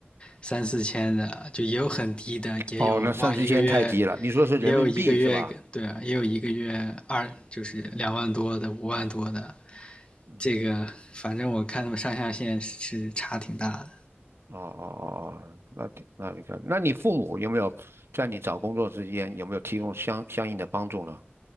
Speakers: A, on the left (about 25°); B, on the right (about 70°).
A: 三四千的，就也有很低的，也有哇一个月。
B: 哦，那三四千太低了，你说是人民币是吧？
A: 也有一个月，对啊，也有一个月二，就是两万多的、五万多的，
B: 嗯，
A: 这个反正我看他们上下限是差挺大的。
B: 哦哦哦哦，那挺那你看，那你父母有没有在你找工作之间有没有提供相相应的帮助呢？